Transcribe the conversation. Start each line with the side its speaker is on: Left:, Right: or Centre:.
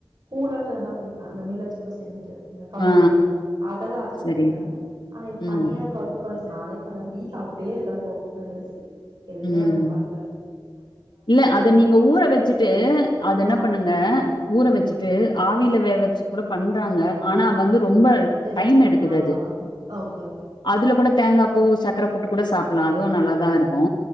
Right: கூலாட்ட வேணா குடிப்பே அந்த மில்லட்ஸ் கூட சேந்துட்டு இந்த கம்பு
Left: ஆ ஆ
Right: அதெல்லா அரச்சு
Left: சரி
Right: குடுப்ப ஆனா இப்
Left: ம்
Right: தனியா கருப்பு கவுனி அரி நானே பண்ணதுல்ல வீட்ல அப்டியே இருக்கு அந்த கருப்பு கவுனி அரிசி எதுமே
Left: ம்
Right: நாங்க பண்ல
Left: இல்ல அத நீங்க ஊற வெச்சுட்டு
Right: பண்றே
Left: அத என்ன
Right: ஆ
Left: பண்ணுங்க ஊற வெச்சுட்டு
Right: ம்
Left: ஆவில வே வச்சு கூட பண்றாங்க ஆனா வந்து ரொம்ப
Right: தெரில
Left: டைம் எடுக்குது
Right: ஆ
Left: அது.
Right: ஓகே ஓகே
Left: அதுல கூட தேங்கா பூ சக்கர போட்டு கூட சாப்புலா அதுவு நல்லாதா இருக்கு